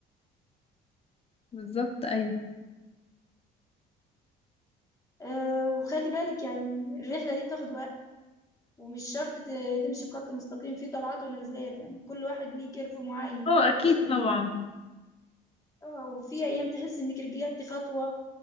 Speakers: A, on the left; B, on the left.
A: بالظبط ايوه
B: أه وخلي بالك يعني الرحلة دي بتاخد وقت ومش شرط ت- تمشي بخط مستقيم فيه طلعات ونزلات يعني كل واحد ليه كيرف معين
A: اه اكيد
B: يوصل ليه
A: طبعا
B: آه، وفي أيام تحس إنك رجعتي خطوة